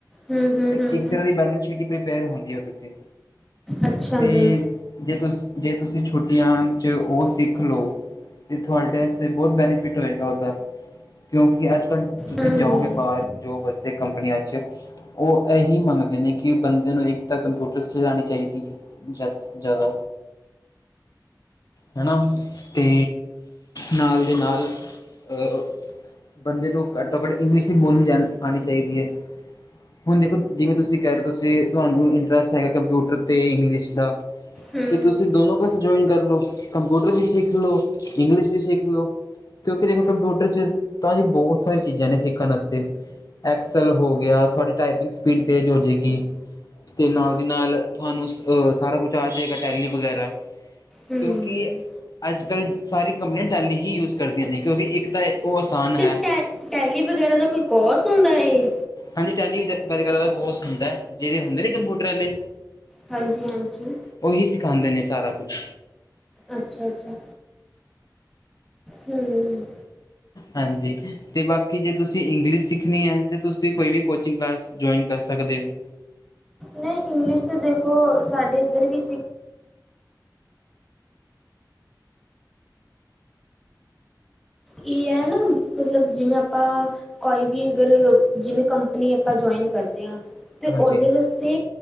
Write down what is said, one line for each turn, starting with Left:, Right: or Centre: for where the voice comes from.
Centre: ਹੂੰ ਹੂੰ ਹੂੰ
Left: ਇੱਕ
Centre: ਹੂੰ
Left: ਤਰਾਂ ਦੀ ਬੈਲੰਸ ਸ਼ੀਟ ਹੀ ਪਰੀਪੇਅਰ ਹੁੰਦੀ ਹੈ ਉਦੇ ਤੇ।
Centre: ਅੱਛਾ
Left: ਅਤੇ
Centre: ਜੀ।
Left: ਜੇ ਤੁਸੀ ਜੇ ਤੁਸੀਂ ਛੁੱਟੀਆਂ ਚ ਉਹ ਸਿੱਖ ਲਓ। ਤੇ ਤੁਹਾਡੇ ਵਾਸਤੇ ਬਹੁਤ ਬੈਨੀਫਿਟ ਹੋਏਗਾ ਉਹਦਾ ਕਿਉਂਕਿ ਅੱਜ। ਤੁਸੀਂ
Centre: ਹੂੰ
Left: ਜਾਓਗੇ ਬਾਹਰ ਜੋਬ ਵਾਸਤੇ। ਕੰਪਨੀਆਂ 'ਚ ਉਹ ਇਹੀ ਮੰਗਦੇ ਨੇ ਕਿ ਬੰਦੇ ਨੂੰ ਇੱਕ ਤਾਂ ਕੰਪਿਊਟਰਸ ਸਕਿੱਲ ਆਨੀ ਚਾਹੀਦੀ ਹੈ। ਜਦ ਜ਼ਿਆਦਾ। ਹੈ ਨਾ ਤੇ ਨਾਲ ਦੀ ਨਾਲ। ਅਹ ਬੰਦੇ ਨੂੰ ਘੱਟੋ ਘੱਟ ਇੰਗਲਿਸ਼ ਵੀ ਬੋਲਣੀ ਆਉਣੀ ਚਾਹੀਦੀ ਹੈ। ਹੁਣ ਦੇਖੋ ਜਿਵੇਂ ਤੁਸੀਂ ਕਹਿ ਰਹੇ ਹੋ ਤੁਸੀਂ ਤੁਹਾਨੂੰ ਇੰਟਰਸਟ ਹੈਗਾ ਕੰਪਿਊਟਰ ਤੇ ਇੰਗਲਿਸ਼ ਦਾ।
Centre: ਹੂੰ
Left: ਤੇ ਤੁਸੀਂ ਦੋਨੋ ਕ। ਜੋਇਨ ਕਰ ਲਓ ਕੰਪਿਊਟਰ ਵੀ ਸਿੱਖ ਲਓ, ਇੰਗਲਿਸ਼ ਵੀ ਸਿੱਖ ਲਓ। ਕਿਉਂਕਿ ਦੇਖੋ ਕੰਪਿਊਟਰ ਚ ਤਾਂ ਜੀ ਬਹੁਤ ਸਾਰੀ ਚੀਜ਼ਾਂ ਨੇ ਸਿੱਖਣ ਵਾਸਤੇ। ਐਕਸਲ ਹੋ ਗਿਆ ਤੁਹਾਡੀ ਟਾਈਪਿੰਗ ਸਪੀਡ ਤੇਜ਼ ਹੋ ਜਏਗੀ। ਤੇ ਨਾਲ ਦੀ ਨਾਲ ਤੁਹਾਨੂੰ ਅਹ ਸਾਰਾ ਕੁਛ ਆ ਜਾਏਗਾ ਟੈਲੀ ਵਗੈਰਾ।
Centre: ਹੂੰ।
Left: ਕਿਉਂਕਿ ਅੱਜ ਕੱਲ੍ਹ ਸਾਰੀ ਕੰਪਨੀਆਂ ਟੈਲੀ ਹੀ ਯੂਜ ਕਰਦੀਆਂ ਨੇ ਕਿਉਂਕਿ ਇੱਕ ਤਾਂ ਉਹ ਆਸਾਨ
Centre: ਤੇ
Left: ਹੈ।
Centre: ਟੈ ਟੈਲੀ ਵਗੈਰਾ ਦਾ ਕੋਈ ਕੋਰਸ ਹੁੰਦਾ ਏ।
Left: ਹਾਂਜੀ ਟੈਲੀ ਵਿਚ ਅਜ ਕੱਲ ਕੋਰਸ ਹੁੰਦਾ ਜਿਹੜੇ ਹੁੰਦੇ ਨੇ ਕੰਪਿਊਟਰ ਵਾਲੇ।
Centre: ਹਾਂਜੀ ਹਾਂਜੀ
Left: ਉਹੀ ਸਿਖਾਉਦੇ ਨੇ ਸਾਰਾ ਕੁਛ।
Centre: ਅੱਛਾ ਅੱਛਾ। ਹਮ।
Left: ਹਾਂਜੀ ਤੇ ਬਾਕੀ ਜੇ ਤੁਸੀਂ ਇੰਗਲਿਸ਼ ਸਿੱਖਣੀ ਹੈ ਤੇ ਤੁਸੀਂ ਕੋਈ ਵੀ ਕੋਚਿੰਗ ਕਲਾਸ ਜੁਆਇਨ ਕਰ ਸਕ ਸਕਦੇ ਹੋ।
Centre: ਨਹੀਂ ਇੰਗਲਿਸ਼ ਤੇ ਦੇਖੋ ਸਾਡੇ ਇੱਧਰ ਵੀ ਸੀ। ਇਹ ਹੈ ਨਾ ਮਤਲਬ ਜਿਵੇਂ ਆਪਾਂ ਕੋਈ ਵੀ ਅਗਰ ਜਿਵੇਂ ਕੰਪਨੀ ਆਪਾਂ ਜੋਇਨ ਕਰਦੇ ਹਾਂ ਤੇ
Left: ਹਾਂਜੀ
Centre: ਉਹਦੇ ਵਾਸਤੇ